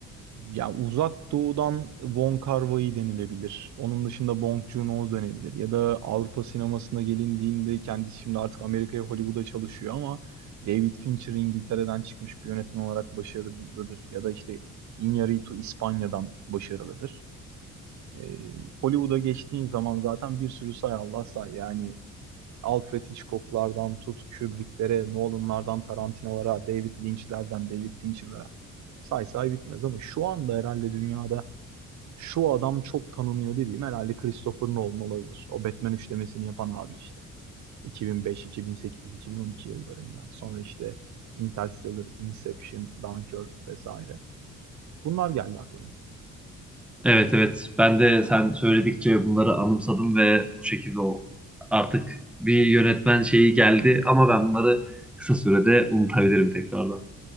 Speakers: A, on the right; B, in the centre.
A: Ya Uzak Doğu'dan Wong Kar-wai denilebilir. Onun dışında Bong Joon-ho denilebilir. Ya da Avrupa sinemasına gelindiğinde kendisi şimdi artık Amerika'ya Hollywood'a çalışıyor ama David Fincher İngiltere'den çıkmış bir yönetmen olarak başarılıdır. Ya da işte Iñárritu İspanya'dan başarılıdır. Ee, Hollywood'a geçtiğin zaman zaten bir sürü say Allah say yani Alfred Hitchcock'lardan tut, Kubrick'lere, Nolan'lardan Tarantino'lara, David Lynch'lerden David Fincher'lara say say bitmez ama şu anda herhalde dünyada şu adam çok tanınıyor dediğim herhalde Christopher Nolan olabilir. O Batman üçlemesini yapan abi işte. 2005, 2008, 2012 yıllarında. Sonra işte Interstellar, Inception, Dunkirk vesaire. Bunlar geldi aklıma.
B: Evet evet ben de sen söyledikçe bunları anımsadım ve bu şekilde o artık bir yönetmen şeyi geldi ama ben bunları kısa sürede unutabilirim tekrardan.